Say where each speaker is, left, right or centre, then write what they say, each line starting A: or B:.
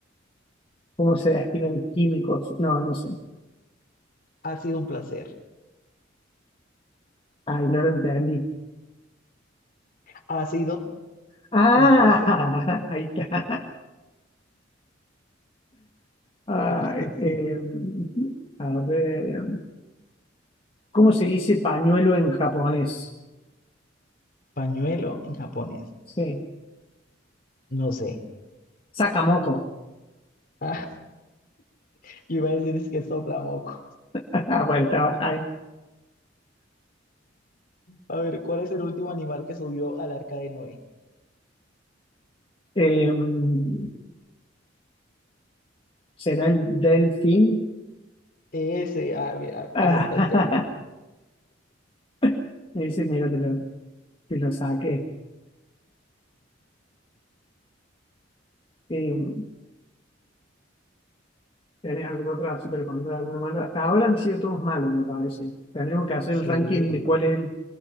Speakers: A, on the left (about 30°); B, on the left (about 50°).
A: cómo se destilan químicos. No, no sé.
B: Ha sido un placer.
A: Ay, no lo entendí.
B: Ha sido
A: Ah,
B: un placer.
A: <laughs> ahí está. Ay,
B: <laughs>
A: em, a ver, ¿cómo se dice pañuelo en japonés?
B: Pañuelo en japonés.
A: Sí,
B: No sé.
A: sakamoko. <laughs>
B: Ah, <laughs> yo iba a decir es que sopla moco.
A: Ah, bueno, estaba ahí.
B: A ver, ¿cuál es el último animal que subió al arca de Noé?
A: Em, ¿será el delfín?
B: Ese. Ah, mira,
A: Ah,
B: acertaste uno.
A: <laughs> ese, mira, te lo, te lo saqué. Em, ¿tenés algún otro super contra alguno malo? Hasta ahora han sido todos malos, me parece. Tendremos que hacer
B: Sí.
A: el ranking de cuál es el,